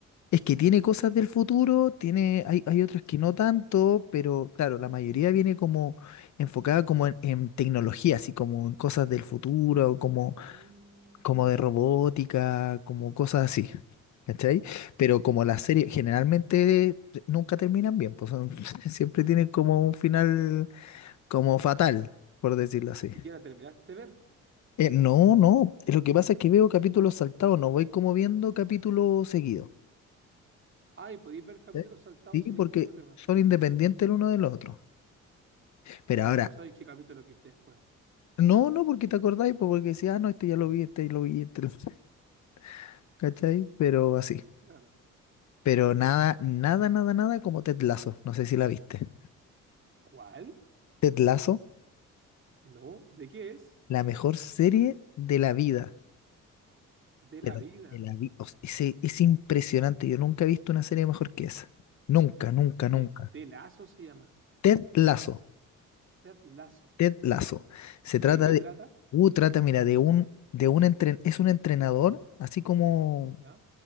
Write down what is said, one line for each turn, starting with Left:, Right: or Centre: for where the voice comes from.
Left: Es que tiene cosas del futuro, tiene, hay, hay otras que no tanto, pero claro, la mayoría viene como enfocada como en, en tecnología, así como en cosas del futuro, como,
Right: Mm.
Left: como de robótica, como cosas así. ¿Cachai? Pero como las series generalmente nunca terminan bien, pues son- <laughs> siempre tienen como un final como fatal, por decirlo así.
Right: Y ya la terminaste de ver.
Left: Eh, no, no, lo que pasa es que veo capítulos saltados, no voy como viendo capítulos seguidos.
Right: Ah, y podéis ver capítulos
Left: ¿eh?
Right: saltados
Left: Sí,
Right: sin
Left: porque
Right: ningún problema.
Left: son independientes el uno del otro. Pero
Right: ¿Y
Left: ahora,
Right: cómo sabéis qué capítulos viste después?
Left: no, no, porque te acordáis, pues, porque decía, ah, no, este ya lo
Right: Mm.
Left: vi, este ya lo vi, este lo... vi, <laughs> ¿Cachai? Pero así.
Right: Claro.
Left: Pero nada, nada, nada, nada como Ted Lasso. No sé si la viste.
Right: ¿Cuál?
Left: Ted Lasso,
Right: No. ¿De qué es?
Left: la mejor serie de la vida.
Right: De la
Left: Pero
Right: vida.
Left: de la vida. es, es impresionante. Yo nunca he visto una serie mejor que esa. Nunca, nunca, nunca.
Right: De, de Lazo se llama.
Left: Ted Lasso.
Right: Ted Lazo.
Left: Ted Lasso. Se
Right: ¿Y
Left: trata
Right: de qué
Left: de,
Right: trata?
Left: uh, trata, mira, de un, de un entren, es un entrenador, así como
Right: Ya,